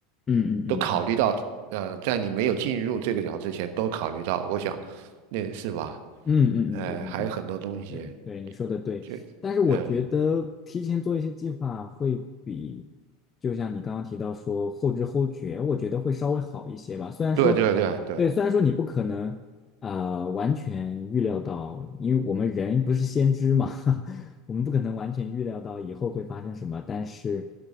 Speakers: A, on the left; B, on the right.
A: 嗯嗯嗯。
B: 都考虑到，呃，在你没有进入这个角之前都考虑到，我想那是吧？
A: 嗯嗯嗯，
B: 呃，
A: 对对对，
B: 还有很多东西，
A: 对对，你说的对。
B: 就
A: 但是我觉得提前做一些计划会比，
B: 呃，
A: 就像你刚刚提到说后知后觉，我觉得会稍微好一些吧。虽然说，
B: 对对对对，
A: 对，虽然说你不可能呃完全预料到，因为我们人不是先知嘛，<laughs> 我们不可能完全预料到以后会发生什么。但是，